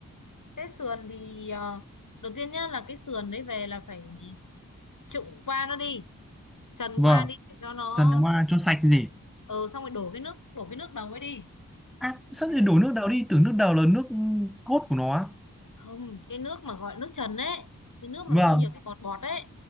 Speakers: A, on the left (about 70°); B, in the centre.
A: cái sườn thì ờ, đầu tiên nhá là cái sườn đấy về là phải trụng qua nó đi trần
B: vâng
A: qua đi để cho nó
B: dần qua cho sạch gì
A: ờ xong rồi đổ cái nước đổ cái nước đầu ấy đi
B: À, sao
A: Dạ.
B: thì đổ nước đào đi, tưởng nước đào là nước cốt của nó. á.
A: không cái nước mà gọi nước trần ấy cái nước mà
B: Vâng.
A: nó có nhiều cái bọt bọt ấy